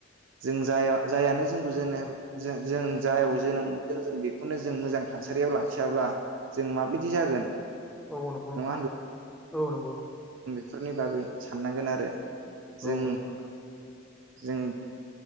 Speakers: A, on the right; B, in the centre.
A: जों जाया जायानो जोंखौ जेननो। जों जायाव जोनोम मोनदों जों बेखौनो जों मोजां थासारियाव लाखियाब्ला जों माबायदि जागोन?
B: औ नंगौ नोंथां
A: नङा
B: औ नंगौ।
A: फोरनि बागै साननांगोन आरो। जों
B: औ नंगौ नोंथां
A: जों